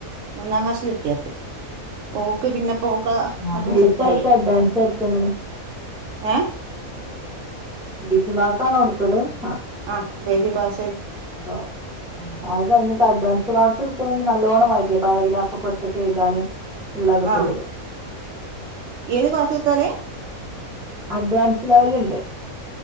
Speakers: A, on the right; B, in the centre.
A: മൂന്നാം ക്ലാസ്-
B: ഉം. അപ്പൊ
A: ഓക്ക്
B: ബേ-
A: പിന്നെ പോക്ക
B: ആ
A: അതും
B: ബേസ്
A: സെറ്റ
B: എടുത്ത
A: ആയി.
B: അഡ്വാൻസ് എടുത്തങ്ങള്
A: ഏ...
B: ബേസ് ക്ലാസ്സ്‌ ആണോ കൊടുത്തത്? ആഹ്..
A: ആഹ് ബേഖ പാസേ.
B: അത... ആഹ് അത് കഴിഞ്ഞിട്ട് ഡ്വാൻസ് ക്ലാസ് എടുത്തണെങ്കിൽ നല്ലോണം വൈക്ക പാരഗ്രഫ ഒക്ക ഒറ്റൊക്കെ എുതാന്- ഉള്ളതൊക്കെ
A: ആഹ്
B: വരും.
A: ഏത് കാസത്താലേ?
B: അഡ്വാൻസ് ലെവല ഇണ്ട്